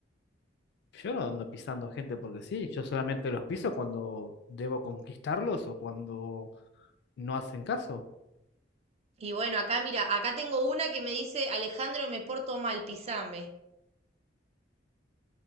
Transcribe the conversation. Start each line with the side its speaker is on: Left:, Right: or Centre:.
Left: Yo no ando pisando gente porque sí, yo solamente los piso cuando debo conquistarlos o cuando no hacen caso.
Right: Y bueno, acá mira, acá tengo una que me dice, Alejandro, me porto mal, pisame.